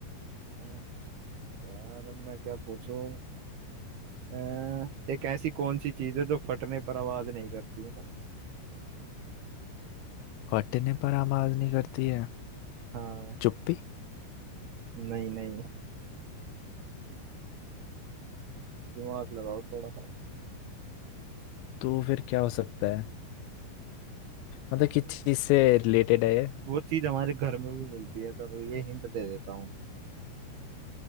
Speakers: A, on the right; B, on the left.
A: ओ, यार अब मैं क्या पूछूं अ, एक ऐसी कौन सी चीज है जो फटने पर आवाज नहीं करती
B: फटने पर आवाज नहीं करती है
A: हाँ
B: चुप्पी
A: नहीं नहीं दिमाग लगाओ थोड़ा
B: तो फिर क्या हो सकता है मतलब किस चीज से रिलेटेड है ये
A: वो चीज हमारे घर में भी मिलती है तो ये हिंट दे देता हूँ